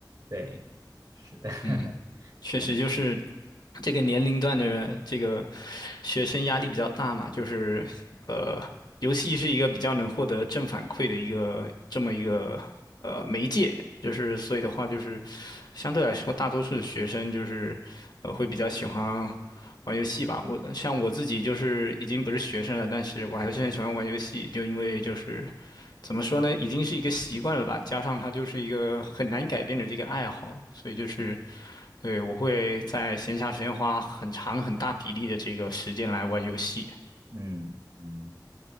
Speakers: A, on the right; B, on the left.
A: 对，是的，<laughs>
B: 嗯，确实就是
A: 嗯
B: 这个年龄段的这个学生压力比较大嘛，就是呃，游戏是一个比较能获得正反馈的一个这么一个呃媒介，就是所以的话，就是相对来说，大多数的学生就是呃会比较喜欢玩游戏吧。我像我自己就是已经不是学生了，但是我还是很喜欢玩游戏，就因为就是怎么说呢，已经是一个习惯了吧，加上它就是一个很难改变的这个爱好，所以就是对我会在闲暇时间花很长很大比例的这个时间来玩游戏。
A: 嗯嗯。